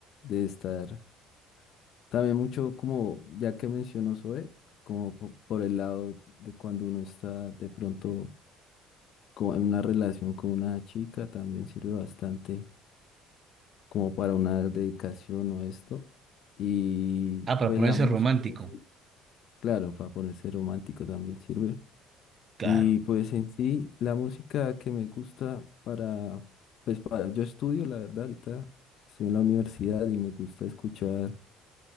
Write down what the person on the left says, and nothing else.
de estar. También mucho como, ya que mencionó Zoe, como po- por el lado de cuando uno está de pronto co- en una relación con una chica, también sirve bastante como para una dedicación o esto. Y
pues
la música
en sí, claro, para ponerse romántico también sirve.
Y pues en sí, la música que me gusta para, pues para, yo estudio, la verdad, ahorita estoy en la universidad y me gusta escuchar